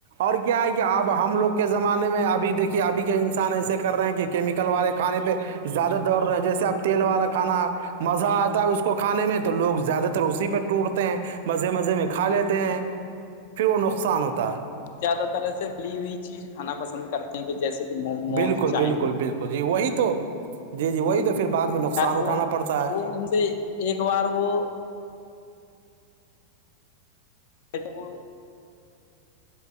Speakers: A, on the right (about 55°); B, on the left (about 50°).
A: اور کیا ہے کہ اب ہم لوگ کے زمانے میں ابھی دیکھیں ابھی کے انسان ایسے کر رہے ہیں کہ کیمیکل والے کھانے پہ زیادہ دور رہا ہے جیسے اپ تیل والا کھانا مزہ اتا ہے اس کو کھانے میں تو لوگ زیادہ تر اسی پہ ٹوٹتے ہیں بس مزے مزے میں کھا لیتے ہیں پھر وہ نقصان ہوتا ہے
B: زیادہ تر ایسے ابلی ہوئی چیز کھانا پسند کرتے ہیں کہ جیسے کہ موموز
A: بالکل
B: چائے
A: بالکل بالکل جی وہی تو جی جی وہی تو پھر بعد میں نقصان اٹھانا
B: وہ
A: پڑتا ہے
B: وہ ان سے ایک بار وہ <unintelligible>